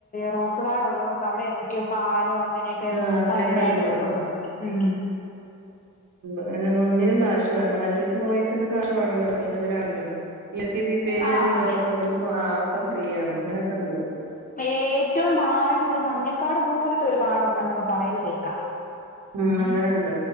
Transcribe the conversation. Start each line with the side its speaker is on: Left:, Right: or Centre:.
Left: റോസ് കാർ ഡോള്ളോർക്ക് അവിടെ എന്തൊക്കെയോ പാലോ അങ്ങ നൊക്കെ
Right: ആ അങ്ങനെയൊക്കെ
Left: സൗജന്യായിട്ടൊക്കെ
Right: ഉണ്ട്
Left: കൊടുക്കുന്നുണ്ട് മ്
Right: അയിനോന്നൊന്നിനും കാശു വേണ്ട മറ്റോൽക്ക് കൊറേച്ചേക്കെ കാശു വേണല്ലോ വെ ആഹ <unintelligible> ഇങ്ങക്കീ ബി പി എന്ന്
Left: ആഹ്
Right: <unintelligible>
Left: അതെ
Right: ഒക്കെ ഫ്രീയാണ് അങ്ങനെ ഒക്കെ ഉണ്ടു
Left: ഏറ്റവും താഴ്ന്ന ഒരു മഞ്ഞക്കാർഡ് പോലത്തെ ഒരു കാർഡുണ്ടെന്നൊക്കെ പറയുന്ന കേക്കാം.
Right: മ് അങ്ങനെയണ്ട്